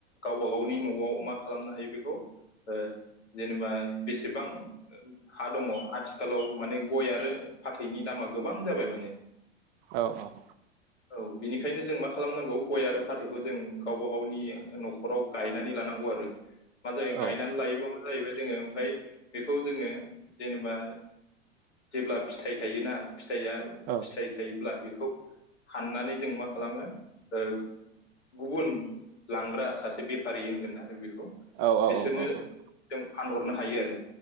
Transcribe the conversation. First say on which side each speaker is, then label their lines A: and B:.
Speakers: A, on the left (about 75°); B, on the right (about 30°).
A: गावबा गावनि न'आव मा खालामनो हायो बेखौ ओ जेनेबा बेसेबां हा दङ आथिखालाव माने गय आरो। फाथैनि दामा गोबां जाबाय माने
B: औ औ
A: औ बिनिखायनो जों मा खालामनांगौ गय आरो फाथैखौ जों गावबा गावनि न'खराव गायनानै लानांगौ आरो। मा जायो
B: औ
A: गायनानै लायोबा मा जाहैबाय जोङो ओमफ्राय बेखौ जोङो जेनेबा जेब्ला फिथाइ थायोना फिथाइया
B: औ
A: फिथाइ थायोब्ला बेखौ हाननानै जों मा खालामो ओ गुबुन लांग्रा सासे बेफारि होनगोना आरो बेखौ
B: औ औ
A: बिसोरनो
B: औ औ औ
A: जों फानहरनो हायो आरो